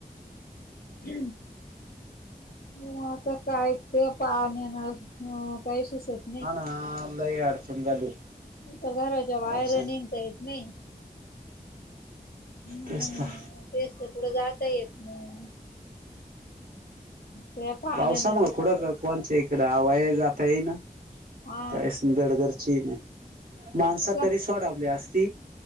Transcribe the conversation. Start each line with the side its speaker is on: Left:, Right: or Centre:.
Left: म आता <unintelligible> हा काही सुसत
Right: हा ना लई अडचण झाली.
Left: एक त घराच्या बाहेरह
Right: पावसान
Left: निघता येत नाही मग
Right: तेच त.
Left: तेच तर, कुड जाता ही येत नाही. त्या पाण्यानच
Right: पावसा मूळ कुड ग कोण चे? तिकड आवाया ही जाता येई ना
Left: हा
Right: काहीस धड घरचीही नाही. माणस
Left: ना
Right: तरी <unintelligible>